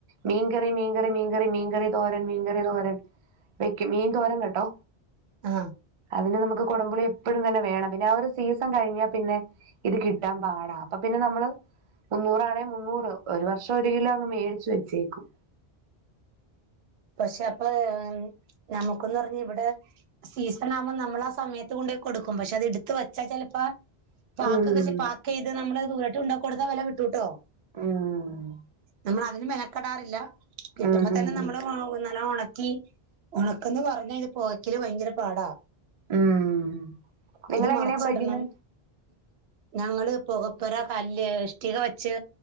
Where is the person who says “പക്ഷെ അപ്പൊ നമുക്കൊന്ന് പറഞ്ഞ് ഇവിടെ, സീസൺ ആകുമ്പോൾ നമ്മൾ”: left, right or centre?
Right